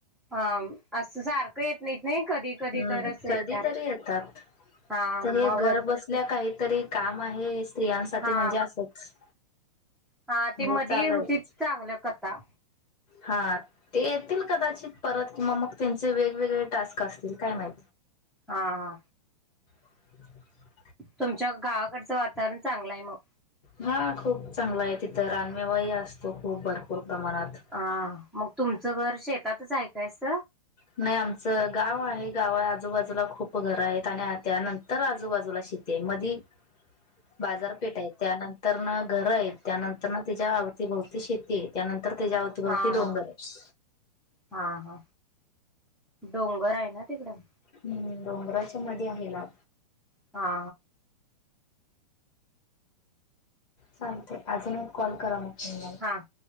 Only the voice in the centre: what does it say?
हा असं सारखं येत नाहीत नाही कधी
तरच येत्यात
हा
मग
हा
हा ते मध
होती चांगल्या कथा
हा हा
तुमच्या गावाकडचं वातावरण चांगलं आहे मग
हा मग तुमचं घर शेतातच ऐकायस
ह
हा हा
हा हा डोंगर आहे ना तिकडं
हा
हा हा